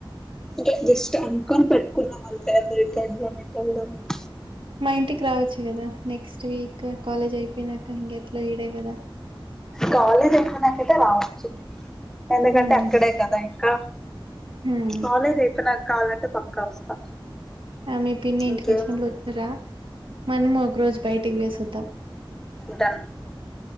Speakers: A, in the centre; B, on the right.
A: ఉకే జస్ట్ అనుకొని పెట్టుకున్నాం అంతే అదేకడ్నో ఎటేల్దం అని
B: మా ఇంటికి రావచ్చు కదా నెక్స్ట్ వీక్ కాలేజ్ అయిపోయి నాక ఇంక ఎట్లో ఈడే కదా
A: కాలేజ్ అయిపోయినక అయితే రావచ్చు ఎందుకంటే
B: హ్మ్.
A: అక్కడే కదా ఇంకా
B: హ్మ్
A: కాలేజ్ అయిపోయినాక కావాలంటే పక్కా వస్తా
B: ఆ మీ పిన్ని ఇంటికి
A: ఇంకేమి
B: వచ్చినప్పుడు వద్దు రా మనము ఒక రోజు బయటకి పోయేసి వద్దాం
A: డన్